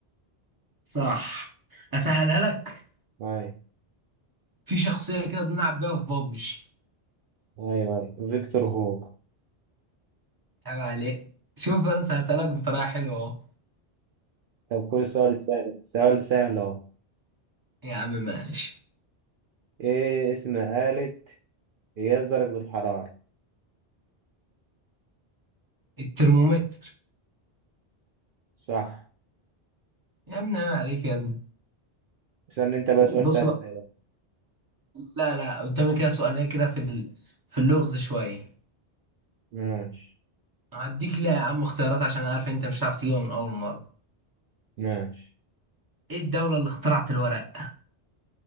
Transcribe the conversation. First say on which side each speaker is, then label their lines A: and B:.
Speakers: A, on the right (about 20°); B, on the right (about 60°).
A: صح اسهلها لك
B: ايوه
A: في شخصية كده بنلعب بيها في بابجي
B: ايوه ايوه فيكتور هوجو
A: عيب عليك شوف انا سهلتها لك بطريقة حلوة اهو
B: طب خد السؤال السهل سؤال سهل اهو
A: يا عم ماشي
B: ايه اسم آلة قياس درجة الحرارة
A: الترمومتر
B: صح
A: يا ابني عيب عليك يا ابني
B: استنى انت بقى
A: ب-
B: سؤال
A: بص
B: سهل
A: بقى
B: ده بقى.
A: لا لا قدامي كده سؤالية كده في ال... في اللغز شوية
B: ماشي
A: هديك ليه يا عم اختيارات عشان أنا عارف إن انت مش هتعرف تجيبها من اول مرة
B: ماشي
A: ايه الدولة اللي اخترعت الورق